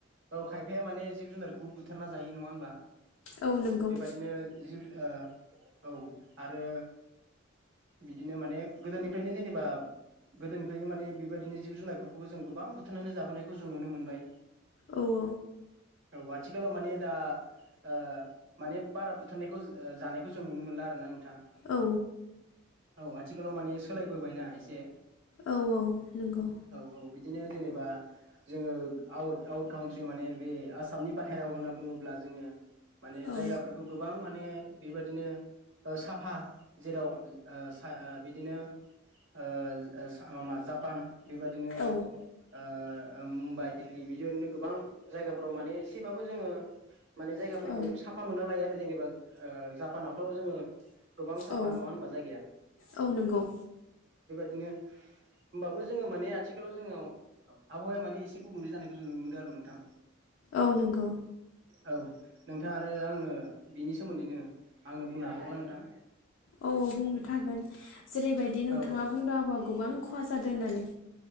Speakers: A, on the right (about 65°); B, on the left (about 70°).
A: औ खायफाया माने जिब जुनारखौबो बुज बुथारना जायो नङा होनबा
B: औ नंगौ
A: बेबदििनो जिब औ आरो बिदिनो माने गोदोनिफ्रायनो जेनेबा गोदोनिफ्रायनो माने बेबायदिनो जिब जुनारफोरखौबो जों गोबां बुथारनानै जाबोनायखौ जों नुनो मोनबाय
B: औ औ
A: औ आथिखालाव माने दा ओ माने बो बारा बुथारनायखौ ओ जानायखौ जों नुनो मोनला आरोोना नोंथां
B: औ
A: औ आ आथिखालाव माने सोलायबोबायना एसे
B: औ नंगौ
A: औ औ बिदिनो जेनेबा जोङो आउट आउट काउट्रि माने बे आसामनि बाहेरायाव होन्ना बुङोब्ला जोङो माने
B: औ
A: जायगाफोरखौ गोबां माने बेबादिनो साफा जेराव ओ सा ओ बिदिनो ओ सा माबा जापान बेबादिनो
B: औ
A: ओ ओ मुम्बाइ दिल्ली बिदिनो गोबां जायगाफोराव माने एसेबाबो जोङो माने जायगाफोरखौ
B: औ
A: साफा मोनना लाया आरो जेनेबा ओ जापानावथ जोङो गोबां साफा
B: औ
A: नङा होनबा जायगाया
B: औ नंगौ
A: बिदिनो होमबाबो जोङो माने आथिखालावजोङाजोङो आबहावाया माने एसे गुबुंले जानायखौ जों नुनो मोनदों आरो नोंथां
B: औ नंगौ
A: औ नोंथां आरो आंनो बिनि सोमोन्दैनो आंनो बुंनो हाबावगोनना नोंथां
B: औ औ बुंनो थहागोन जेरैबायदि नोंथाङा
A: औ
B: बुंदों आबआ गोबां खहा जादों होननानै